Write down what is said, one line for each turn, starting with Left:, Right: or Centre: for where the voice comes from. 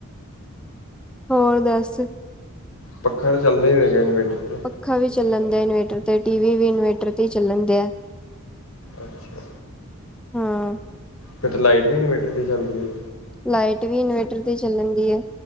Centre: ਹੋਰ ਦੱਸ
Left: ਪੱਖਾ ਤੇ ਚੱਲਦਾ ਹੀ ਹੋਏਗਾ ਇਨਵੇਟਰ ਤੇ
Centre: ਪੱਕਾ ਵੀ ਚੱਲਣ ਡ ਇਨਵੇਟਰ ਤੇ ਟੀ ਵੀ ਇਨਵੇਟਰ ਤੇ ਚੱਲਣ ਡ ਆ
Left: ਅੱਛਾ
Centre: ਹਾਂ
Left: ਫੇਰ ਤਾਂ ਲਾਈਟ ਵੀ ਇਨਵਰਟਰ ਤੇ ਚੱਲਦੀ ਐ।
Centre: ਲਾਈਟ ਵੀ ਇਨਵੇਰਟਰ ਤੇ ਚੱਲਣ ਦੀ ਐ।